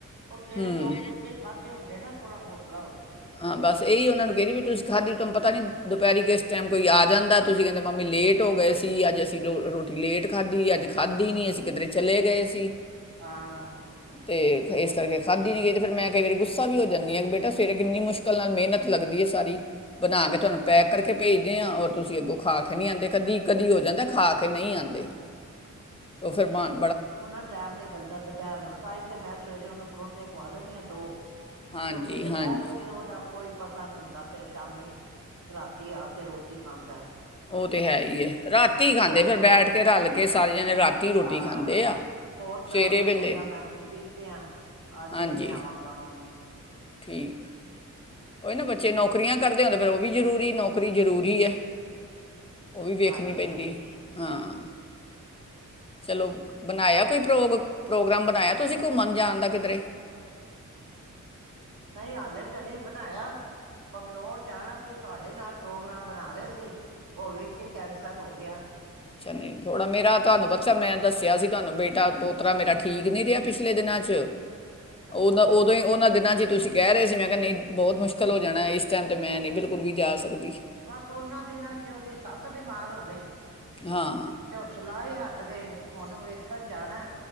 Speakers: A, on the right; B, on the left.
A: ਉਹ ਸਵੇਰੇ
B: ਹੂੰ
A: ਦੋ ਫੁਲਕੇ ਹੁੰਦੇ ਨਾ ਥੋੜਾ ਹੌਸਲਾ ਹੋ ਜਾਏ
B: ਹਾਂ ਬਸ ਇਹੀ ਉਹਨਾਂ ਨੂੰ ਕਹਿਦੀ ਵੀ ਤੁਸੀਂ ਖਾਧੀ ਤੁਹਾਨੂੰ ਪਤਾ ਨਹੀਂ ਦੁਪਹਿਰੀ ਕਿਸ ਟਾਈਮ ਕੋਈ ਆ ਜਾਂਦਾ ਤੁਸੀਂ ਕਹਿੰਦੇ ਮੰਮੀ ਲੇਟ ਹੋ ਗਏ ਸੀ ਅੱਜ ਅਸੀਂ ਰੋਟੀ ਲੇਟ ਖਾਧੀ, ਅੱਜ ਖਾਧੀ ਨੀ ਅਸੀਂ ਕਿਧਰੇ ਚਲੇ ਗਏ ਸੀ।
A: ਹਾਂ
B: ਤੇ ਇਸ ਕਰਕੇ ਖਾਧੀ ਨ ਗਈ ਤੇ ਫਿਰ ਮੈਂ ਕਈ ਵਾਰੀ ਗੁੱਸਾ ਵੀ ਹੋ ਜਾਨੀ ਆ ਵਿਬਬੇਟਾ ਸਵੇਰੇ ਕਿੰਨੀ ਮੁਸ਼ਕਲ ਨਾਲ ਮਿਹਨਤ ਲੱਗਦੀ ਹੈ ਸਾਰੀ, ਬਣਾ ਕੇ ਤੁਹਾਨੂੰ ਪੈਕ ਕਰਕੇ ਭੇਜਦੇ ਹਾਂ ਔਰ ਤੁਸੀਂ ਅੱਗੋਂ ਖਾ ਕੇ ਨਹੀਂ ਆਉਂਦੇ ਕਦੀ-ਕਦੀ ਹੋ ਜਾਂਦਾ ਖਾ ਕੇ ਨਹੀਂ ਆਦੇ। ਉਹ ਫਿਰ ਬਣ
A: ਉਹਨਾ ਟਾਈਮ ਨੀ ਮਿਲਦਾ ਦੁਪਹਿਰ ਨੂੰ ਤਾਂ ਹੀ ਤੇ ਮੈਂ ਸਵੇਰੇ ਉਹਨੂੰ ਪਰੌਂ ਠੇ ਖਵਾ ਦਿੰਨੀ ਆ ਦੋ।
B: ਹਾਂਜੀ
A: ਕਿਉਂਕਿ ਦੁਪਹਿਰ
B: ਹਾਂਜੀ
A: ਦੀ ਤੇ ਉਹਦਾ ਕੋਈ ਪਤਾ ਨੀ ਹੁੰਦਾ ਫੇਰ ਸ਼ਾਮੀ, ਰਾਤੀ ਆ ਕੇ ਰੋਟੀ ਖਾਂਦਾ।
B: ਉਹ ਤਾਂ ਹੈ ਹੀ ਹੈ। ਰਾਤੀ ਖਾਂਦੇ
A: ਫੋਨ
B: ਫਿਰ
A: ਕਰੋ
B: ਬੈਠ ਕੇ ਰਲ ਕੇ ਸਾਰੇ ਜਣੇ ਰਾਤੀ ਰੋਟੀ
A: ਹਾਂ
B: ਖਾਂਦੇ ਆ
A: ਫੋਨ ਕਰੋ
B: ਸਵੇਰੇ
A: ਤੇ
B: ਵੇਲੇ
A: ਕਹਿਗਾ ਮੈਂ ਮੀਟਿੰਗ ਤੇ ਆ ਅੱਜ
B: ਹਾਂਜੀ
A: ਨੀ ਮੈਂ ਆਵਾਂਗਾ ਮੰਮੀ
B: ਠੀਕ ਉਹ ਨਾ
A: ਹੋਰ
B: ਬੱਚੇ ਨੌਕਰੀਆਂ ਕਰਦੇ ਹੁੰਦੇ ਫਿਰ ਉਹ ਵੀ ਜ਼ਰੂਰੀ ਨੌਕਰੀ ਜ਼ਰੂਰੀ ਹੈ ਉਹ ਵੀ ਵੇਖਣੀ
A: ਹਾਂਜੀ
B: ਪੈਂਦੀ ਹਾਂ ਚਲੋ ਬਣਾਇਆ ਕੋਈ ਪ੍ਰ ਪ੍ਰੋਗਰਾਮ ਬਣਾਇਆ ਤੁਸੀਂ ਘੁੰਮਣ ਜਾਣ ਦਾ ਕਿਧਰੇ
A: ਨਹੀਂ ਹਾਲੇ ਤੇ ਨਹੀਂ ਬਣਾਇਆ ਬੰਗਲੋੌਰ ਜਾਣਾ ਸੀ ਤੁਹਾਡੇ ਨਾਲ ਪ੍ਰੋਗਰਾਮ ਬਣਾ ਰਹੇ ਸੀ ਉਹ ਵਿੱਚ ਹੀ ਕੈਂਸਲ ਹੋ ਗਿਆ
B: ਅੱਛਾ ਨਹੀਂ ਥੋੜਾ ਮੇਰਾ ਤੁਹਾਨੂੰ
A: ਹੁਣ
B: ਬੱਚਾ ਮੈਂ ਦੱਸਿਆ ਸੀ ਤੁਹਾਨੂੰ ਬੇਟਾ ਪੋਤਰਾ ਮੇਰਾ ਠੀਕ ਨੀ ਰਿਹਾ ਪਿਛਲੇ ਦਿਨਾਂ ਚ
A: ਹਾਂ
B: ਉਹਦਾ ਉਦੋਂ ਹੀ ਉਹਨਾਂ ਦਿਨਾਂ ਚ ਤੁਸੀਂ ਕਹਿ ਰਹੇ ਸੀ ਮੈਂ ਕਿਹਾ ਨਹੀਂ ਬਹੁਤ ਮੁਸ਼ਕਿਲ ਹੋ ਜਾਣਾ ਇਸ ਟਾਈਮ ਤੇ ਮੈਂ ਨੀ ਬਿਲਕੁਲ ਵੀ ਜਾ ਸਕਦੀ
A: ਬਸ ਉਹਨਾਂ ਦਿਨਾਂ ਸੀ ਉਹਦੀ ਸੱਸ ਬਿਮਾਰ ਹੋ ਗਈ <unintelligible>
B: ਹਾਂ
A: ਕੱਟ ਗਏ ਹੁਣ ਵੇਖਣ ਜਾਣਾ